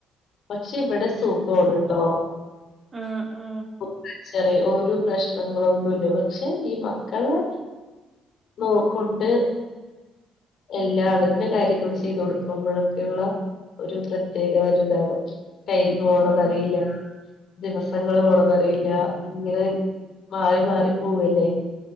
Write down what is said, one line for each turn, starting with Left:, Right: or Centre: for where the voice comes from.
Left: പക്ഷെ ഇവിടെ സുഖോണട്ടോ
Right: ഉം ഉം
Left: ഓ <unintelligible> ഒരു പ്രശ്നങ്ങളൊന്നുല്ല പക്ഷെ ഈ മക്കളെ നോക്കുണ്ട്. എല്ലാവരുടെ കാര്യങ്ങൾ ചെയ്തു കൊടുക്കുമ്പോഴെക്കുള്ള ഒരു പ്രത്യേകത ഒ ഇതാണ് ടൈം പോണതറിയില്ല.
Right: ഉം
Left: ദിവസങ്ങൾ പോണതറിയില്ല ഇങ്ങനെ മാറി മാറി പോവല്ലേ.